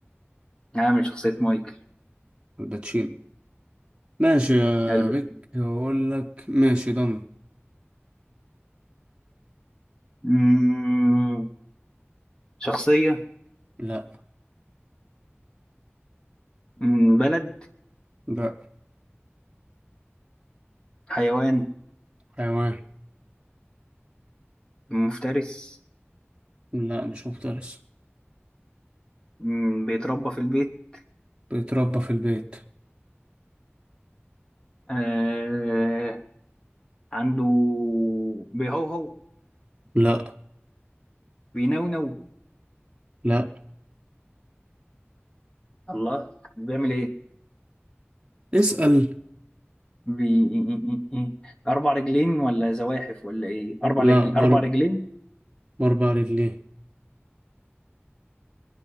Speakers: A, on the left (about 20°); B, on the right (about 20°).
A: عامل شخصية مايكل
B: الباتشيني ماشي يا
A: قلبت
B: بيك اقول لك ماشي ضن
A: مم، شخصية
B: لا
A: مم، بلد
B: لا
A: حيوان
B: حيوان
A: مفترس
B: لا مش مفترس
A: مم، بيتربى في البيت
B: بيتربى في البيت
A: آه عنده بيهوهو
B: لا
A: بينونو
B: لا
A: الله بيعمل ايه
B: اسأل
A: بي... إيه، إيه، إيه، إيه. اربع رجلين ولا زواحف ولا ايه اربع
B: لا
A: رجل
B: برضه
A: اربع رجلين
B: باربع رجلين